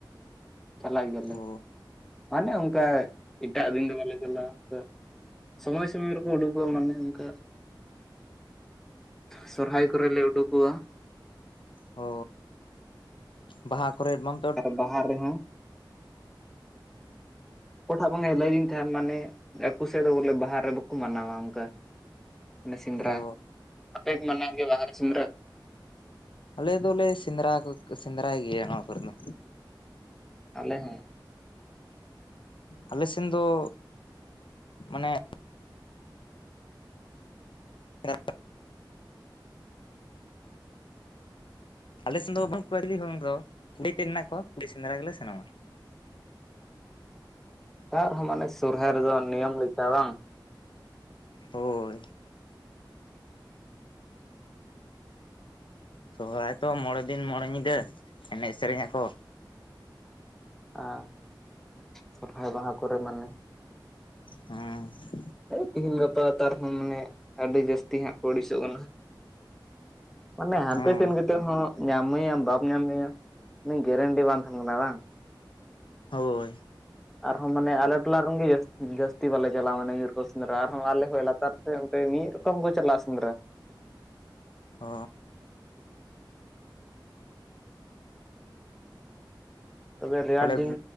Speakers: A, in the centre; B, on the left.
A: ᱪᱟᱞᱟᱜ ᱜᱮᱭᱟᱞᱮ
B: ᱚ
A: ᱢᱟᱱᱮ ᱚᱱᱠᱟ ᱮᱴᱟᱜ ᱫᱤᱱ ᱫᱚ ᱵᱟᱞᱮ ᱪᱟᱞᱟᱜᱼᱟ᱾ ᱥᱚᱢᱚᱭ ᱥᱚᱢᱚᱭ ᱨᱮᱠᱚ ᱩᱰᱩᱠᱚᱜᱼᱟ ᱢᱟᱱᱮ ᱚᱱᱠᱟ ᱥᱚᱨᱦᱟᱭ ᱠᱚᱨᱮᱞᱮ ᱩᱰᱩᱠᱚᱜᱼᱟ᱾
B: ᱚ ᱵᱟᱦᱟ ᱠᱚᱨᱮ ᱵᱟᱝ?
A: ᱟᱨ ᱵᱟᱦᱟ ᱨᱮᱦᱚᱸ᱾ ᱚᱠᱚᱴᱟᱜ ᱵᱟᱝ ᱮ ᱞᱟᱹᱭᱫᱤᱧ ᱛᱟᱦᱮᱱ ᱢᱟᱱᱮ ᱟᱠᱚ ᱥᱮᱫ ᱫᱚ ᱵᱚᱞᱮ ᱵᱟᱦᱟ ᱨᱮ ᱵᱟᱠᱚ ᱢᱟᱱᱟᱣᱟ ᱚᱱᱠᱟ᱾ ᱢᱟᱱᱮ ᱥᱮᱸᱫᱽᱨᱟ
B: ᱚ
A: ᱟᱯᱮ ᱢᱟᱱᱟᱣ ᱜᱮᱭᱟ ᱵᱟᱦᱟᱨᱮ ᱥᱮᱸᱫᱽᱨᱟᱹ?
B: ᱟᱞᱮ ᱫᱚᱞᱮ ᱥᱮᱸᱫᱽᱨᱟ ᱠᱚ ᱥᱮᱸᱫᱽᱨᱟᱭ ᱜᱮᱭᱟ ᱱᱚᱣᱟ ᱠᱚᱨᱮ ᱫᱚ᱾
A: ᱟᱞᱮ ᱦᱚᱸ
B: ᱟᱞᱮ ᱥᱮᱱ ᱫᱚ ᱢᱟᱱᱮᱼᱼ <unintelligible> ᱟᱞᱮᱥᱮᱱ ᱫᱚ ᱵᱟᱱᱩᱜ ᱠᱚᱣᱟ ᱪᱤᱞᱤ ᱦᱚᱸ ᱚᱝᱠᱟ ᱫᱚ ᱠᱩᱲᱟᱹᱭ ᱛᱮᱫ ᱦᱮᱱᱟᱜ ᱠᱚᱣᱟ ᱠᱩᱲᱤ ᱥᱮᱸᱫᱽᱨᱟ ᱜᱮᱞᱮ ᱥᱮᱱᱚᱜᱼᱟ᱾
A: ᱛᱟᱣ ᱟᱮᱦᱚᱸ ᱢᱟᱱᱮ ᱥᱚᱨᱦᱟᱭ ᱨᱮᱫᱚ ᱱᱤᱭᱚᱢ ᱞᱮᱠᱟ ᱵᱟᱝ᱾
B: ᱦᱳᱭ ᱥᱚᱦᱨᱟᱭ ᱛᱚ ᱢᱚᱬᱮ ᱫᱤᱱ ᱢᱚᱬᱮ ᱧᱤᱫᱟᱹ ᱮᱱᱮᱡ ᱥᱮᱨᱮᱧᱟᱠᱚᱼᱼ
A: ᱟᱨ ᱥᱚᱨᱦᱟᱭ ᱵᱟᱦᱟ ᱠᱚᱨᱮ ᱢᱟᱱᱮᱼᱼ
B: ᱦᱩᱸ
A: ᱛᱤᱦᱤᱧ ᱜᱟᱯᱟ ᱛᱟᱨᱦᱚᱸ ᱢᱟᱱᱮ ᱟᱰᱤ ᱡᱟᱹᱥᱛᱤ ᱦᱟᱸᱜ ᱠᱚ ᱟᱲᱤᱥᱚᱜ ᱠᱟᱱᱟ ᱢᱚᱱᱮ ᱦᱟᱱᱛᱮᱥᱮᱱ
B: ᱦᱳᱭ
A: ᱠᱟᱛᱮᱫ ᱦᱚᱸᱼᱼ ᱧᱟᱢᱮᱭᱟᱢ ᱵᱟᱢ ᱧᱟᱢᱮᱭᱟ ᱩᱱᱤ ᱜᱮᱨᱮᱱᱴᱤ ᱵᱟᱝ ᱛᱟᱦᱮᱱ ᱠᱟᱱᱟ ᱵᱟᱝ᱾
B: ᱦᱳᱭ
A: ᱟᱨᱦᱚᱸ ᱢᱟᱱᱮ ᱟᱞᱮ ᱴᱚᱞᱟ ᱨᱮᱱ ᱡᱟᱸᱥ ᱡᱟᱹᱥᱛᱤ ᱢᱟᱱᱮ ᱧᱩᱨ ᱠᱚ ᱥᱮᱸᱫᱽᱨᱟ ᱟᱨᱦᱚᱸ ᱟᱞᱮ ᱠᱷᱚᱡ ᱞᱟᱛᱟᱨ ᱥᱮᱫ ᱚᱱᱛᱮ ᱢᱤᱫ ᱨᱚᱠᱚᱢᱼᱼ ᱠᱚᱢ ᱠᱚ ᱪᱟᱞᱟᱜᱼᱟ ᱥᱮᱸᱫᱽᱨᱟ
B: ᱚ
A: ᱛᱚᱵᱮ ᱨᱮᱭᱟᱲ
B: ᱛᱟᱦᱚᱞᱮ
A: ᱫᱤᱱ